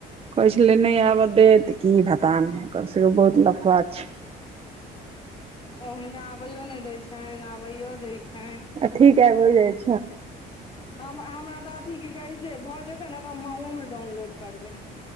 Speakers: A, on the right (about 35°); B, on the left (about 30°).
A: कहै छलै नहि आबऽ देत की भात पता नय ओकर सहो बहुत लफरा छै
B: ओ हुनका आबैयो नय दै छैन आबैयो दै छैन
A: ठीक हो जाइ छ्य
B: हमरा अथी के कहइ छै भऽ जेतै नेऽ त हम मां ओ मे डाउनलोड करबै